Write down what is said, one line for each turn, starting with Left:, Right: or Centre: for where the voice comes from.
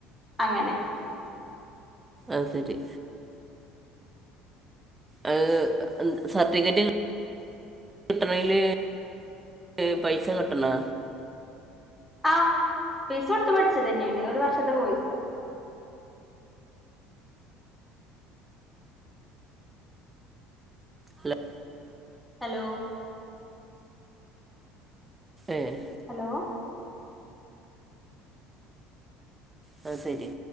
Centre: അങ്ങനെ
Right: അത് ശരി അത് സർട്ടിഫിക്കറ്റ് കിട്ടണങ്കില് ഏഹ് പൈസ കെട്ടണോ
Centre: ആഹ പൈസ കൊടുത് പഠിച്ചത് തന്നെയാണ് ഒരു വർഷത്തേ കോഴ്‌സ
Right: ല്ലെ
Centre: ഹലോ
Right: ഏഹ്
Centre: ഹലോ
Right: അത് ശരി